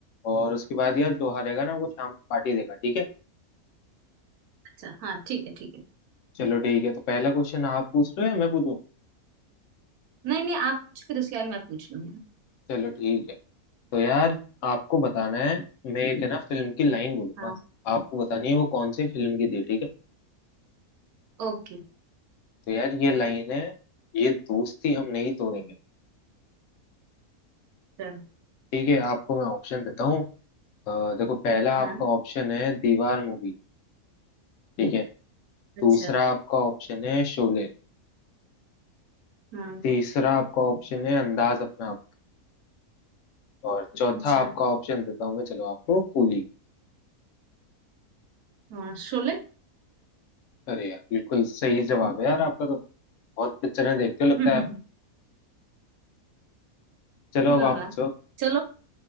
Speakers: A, on the left; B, on the right.
A: और उसके बाद यार जो हारेगा ना वो शाम को पार्टी देगा ठीक है
B: अच्छा हाँ ठीक है ठीक है
A: चलो ठीक है तो पहला क्वेश्चन आप पूछ रहे हो या मैं पूछूं
B: नहीं नहीं आप पूछ फिर उसके बाद मैं पूछ लूंगी
A: चलो ठीक है तो यार आपको बताना है मैं एक है ना फिल्म की लाइन बोलूंगा
B: हाँ
A: आपको बतानी है वो कौन सी फिल्म की थी ठीक है
B: ओके
A: तो यार ये लाइन है ये दोस्ती हम नहीं तोड़ेंगे
B: चलो
A: ठीक है आपको मैं ऑप्शन देता हूँ अ, देखो पहला
B: हाँ
A: आपका ऑप्शन है दीवार मूवी ठीक है
B: अच्छा
A: दूसरा आपका ऑप्शन है शोले
B: हाँ
A: तीसरा आपका ऑप्शन है अंदाज अपना आप और चौथा
B: अच्छा
A: आपका ऑप्शन देता हूँ मैं चलो आपको कूली
B: हाँ शोले
A: अरे यार बिल्कुल सही जवाब है यार आपका तो बहुत पिक्चरें देखते हो
B: <laughs>
A: लगता है आप। चलो
B: ना
A: अब
B: ना
A: आप पूछो
B: चलो